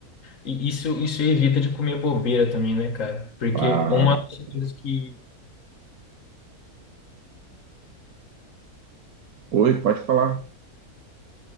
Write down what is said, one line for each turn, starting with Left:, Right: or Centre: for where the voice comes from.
Left: E isso, isso evita de comer bobeira também, né, cara? Porque
Right: Claro.
Left: uma das coisas que.
Right: Oi, pode falar.